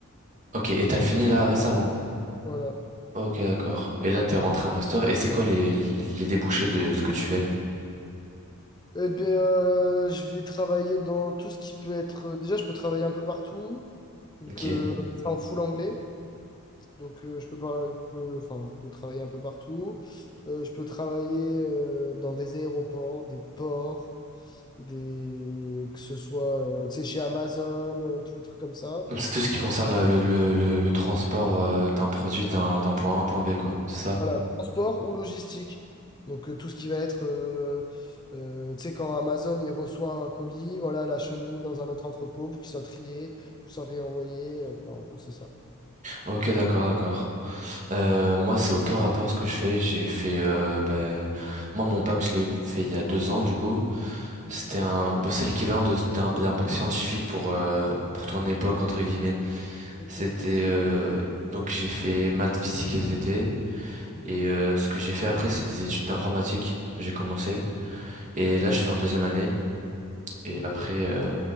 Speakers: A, on the right (about 35°); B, on the left (about 20°).
A: Ok, et t'as fini là récemment?
B: voilà.
A: Ok, d'accord. Et là, t'es rentré en master. Et c'est quoi les, les, les débouchés de ce que tu fais?
B: Eh bien, euh, je vais travailler dans tout ce qui peut être. euh, Déjà, je peux travailler un peu partout, vu
A: Ok.
B: que c'est en full anglais. Donc, euh, je peux pas, je peux- enfin, je peux travailler un peu partout. Euh, je peux travailler euh, dans des aéroports, des ports, des... que ce soit, euh, tu sais, chez Amazon, euh, tous les trucs comme ça.
A: Donc c'est tout ce qui concerne la- le, le, le, le transport euh, d'un produit d'un, d'un point A à un point B, quoi. C'est ça?
B: Voilà, transport ou logistique. Donc, euh, tout ce qui va être, euh, euh, tu sais, quand Amazon, il reçoit un colis, voilà, la chemise dans un autre entrepôt pour qu'il soit trié, pour soit réenvoyé. euh, en gros, c'est ça.
A: Ok, d'accord, d'accord. Euh, moi, c'est aucun rapport ce que je fais. J'ai fait, euh, ben, moi, mon bac, je l'ai fait il y a deux ans, du coup.
B: Mhm.
A: C'était un, bon, c'est l'équivalent de, d'un, d'un bac scientifique pour, euh, pour ton époque, entre guillemets.
B: Ok.
A: C'était, euh, donc j'ai fait maths, physique, SVT.
B: Mhm.
A: Et, euh, ce que j'ai fait après, c'est des études d'informatique. J'ai commencé. Et là,
B: Mhm.
A: je suis en deuxième année.
B: Ok,
A: Et après, euh,